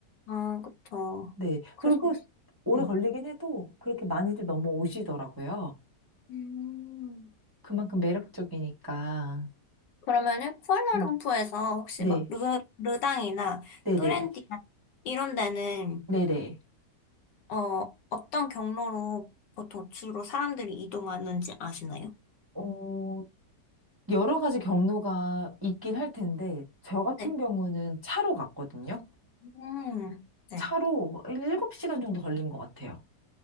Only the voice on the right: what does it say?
네.
그리고 오래
걸리긴 해도 그렇게 많이들 넘어오시더라고요.
그만큼 매력적이니까.
음,
네.
네네.
네네.
어, 여러 가지 경로가 있긴 할 텐데, 저 같은
경우는 차로 갔거든요.
차로 7시간 정도 걸린 것 같아요.